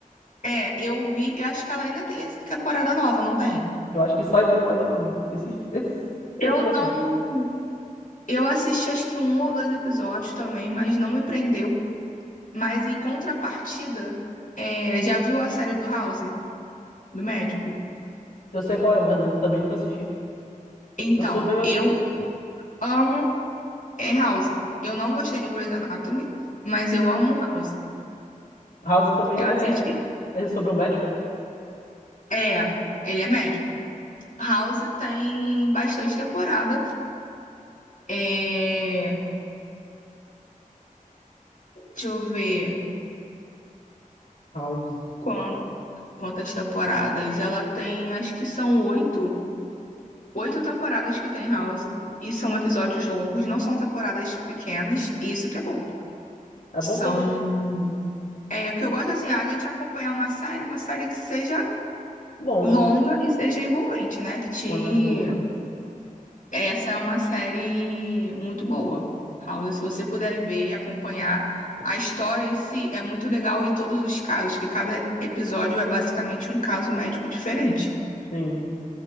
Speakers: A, on the left; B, on the left.
A: É, eu vi, eu acho que ela ainda tem essa temporada nova, não tem?
B: Eu acho que sai temporada nova. Esses, esses
A: Eu
B: tempos
A: não.
B: assim.
A: Eu assisti acho que um ou dois episódios também, mas não me prendeu. Mas em contrapartida, é, já viu a série do House, do médico?
B: Eu sei qual é, mas eu também nunca assisti.
A: Então,
B: Eu sou meio assim.
A: eu amo é, House. Eu não gostei de Grey's Anatomy, mas eu amo House.
B: House também
A: Eu
B: é,
A: assisti.
B: é sobre um médico, é?
A: É, ele é médico. House tem bastante temporada. É, deixa eu ver.
B: House.
A: Quan- Quantas temporadas? Ela tem, acho que são oito. Oito temporadas que tem House. E são episódios longos, não são temporadas pequenas. E isso que é bom.
B: É bom
A: São.
B: também.
A: É, o que eu gosto assim, a gente acompanhar uma série, uma série que seja
B: Longa,
A: longa e seja envolvente, né? Que te...
B: quando é boa. é.
A: Essa é uma série muito boa. House, se você puder ver, e acompanhar a história em si, é muito legal e todos os casos, que cada episódio é basicamente um caso médico diferente.
B: Sim,